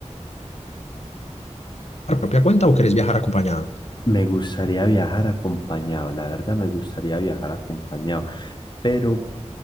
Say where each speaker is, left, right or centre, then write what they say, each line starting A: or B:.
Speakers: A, on the left (about 60°); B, on the left (about 40°).
A: por propia cuenta o querés viajar acompañado?
B: Me gustaría viajar acompañado, la verdad me gustaría viajar acompañado. pero